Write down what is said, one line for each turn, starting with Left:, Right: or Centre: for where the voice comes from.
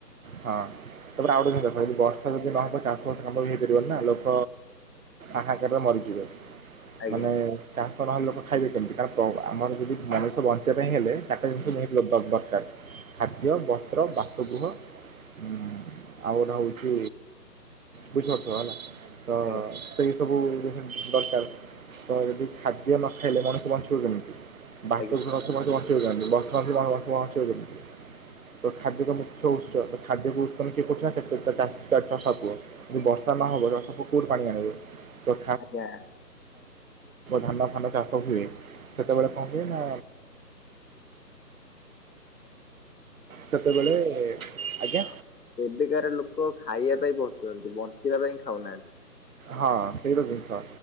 Right: ହଁ ତାପରେ ଆଉ ଯଦି ବର୍ଷା ଯଦି ନହବ ଚା ଅସ କାମ ବି ହେଇପାରିବନି ନା ଲୋକ ଆହାକାରରେ ମରିଯିବେ।
Left: ଆଜ୍ଞା
Right: ମାନେ ଚା ସ ଲୋକ ଖାଇବେ କେମିତି କାରଣ ଆମର ଯଦି ମଣିଷ ବଞ୍ଚିବା ପାଇଁ ହେଲେ ତାଙ୍କ ଜିନିଷ ନିହାତି ଦରକାର। ଖାଦ୍ୟ, ବସ୍ତ୍ର, ବାସଗୃହ। ହୁଁ ଆଉ ଗୋଟେ ହଉଛି ବୁଝିପାରୁଥିବ ହେଲା। ହଁ
Left: ଆଜ୍ଞା
Right: ସେଇ ସବୁ ଦରକାର ତମେ ଯଦି ଖାଦ୍ୟ ନ ଖାଇଲେ ମଣିଷ ବଞ୍ଚିବ କେମିତି? ବାସଗୃହ
Left: ଆଜ୍ଞା।
Right: ମଣିଷ ବଞ୍ଚିବ କେମିତି? ବର୍ଷା ନଥିଲେ ବଞ୍ଚିବ ଯେମିତି ତ ଖାଦ୍ୟର ମୁଖ୍ୟ ଉତ୍ସ ଖାଦ୍ୟକୁ ଉତ୍ପନ୍ନ କିଏ କରୁ ନା ସେତ ଚାଷୀ ଚଷା ପୁଅ ଯଦି ବର୍ଷା ନହବ ଚଷା ପୁଅ କୋଉଠି ପାଣି ଆଣିବେ? <unintelligible> ଯୋଉ
Left: ଆଜ୍ଞା
Right: ଧାନ ଫାନ ଚାଷ ହୁଏ ସେତେବେଳେ କଣ ହୁଏ ନା ସେତେବେଳେ ଆଜ୍ଞା
Left: ହଁ ଏବେକାର ଲୋକ ଖାଇବା ପାଇଁ ବସୁଛନ୍ତି ବଞ୍ଚିବା ପାଇଁ ଖାଉନାହାନ୍ତି।
Right: ହଁ ସେଇତ ଜିନିଷ